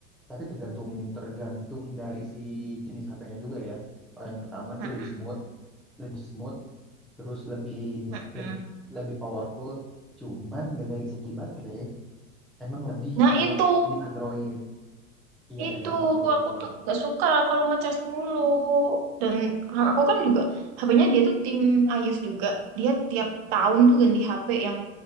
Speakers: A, in the centre; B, on the right.
A: tapi tergantung tergantung dari si jenis HP-nya juga ya. Kalau yang pertama itu
B: Nah,
A: lebih smooth, lebih smooth, terus lebih
B: mm-mm.
A: lebih lebih powerful. Cuman ya dari segi baterai emang lebih
B: Nah,
A: kuat
B: itu
A: di Android. Iya
B: itu
A: emang betul.
B: aku tuh gak suka kalau ngecas mulu. Dan aku kan juga HP-nya dia tuh tim iOS juga. Dia tiap tahun tuh ganti HP yang